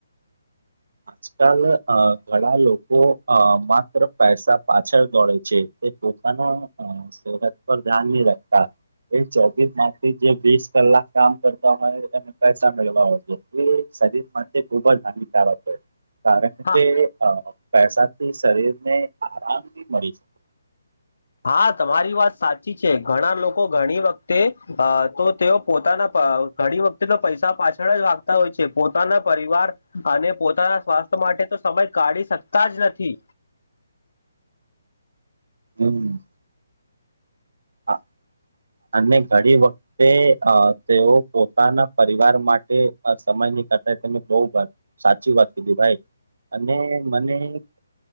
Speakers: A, on the right; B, on the left.
A: આજકાલ અ ઘણા લોકો અ માત્ર પૈસા પાછળ દોડે છે. તે પોતાના અ સેહત પર ધ્યાન ની <unintelligible> એ ચોવીસ માખ થી જે વીસ કલાક કામ કરતા હોય એને પૈસા મેળવા હોય છે. શરીર માટે ખૂબ જ હાનિકારક હોય કારણ
B: હા
A: કે અ પૈસાથી શરીર ને આરામ બી મળી શકે
B: હા, તમારી વાત સાચ ચી છે. ઘણા લોકો ઘણી વખતે અ તો તેઓ પોતાના અ ઘણી વખતે તો પૈસા પાછળ જ વાગતા હોય છે. પોતાના પરિવાર અને પોતાના સ્વાસ્થ્ય માટે તો સમય કાઢી શકતા જ નથી.
A: હમ્મ આ અને ઘણી વખતે અ તેઓ પોતાના પરિવાર માટે સમય <unintelligible> કરતા તમે બહું સાચી વાત કીધી ભાઈ. અને મને એક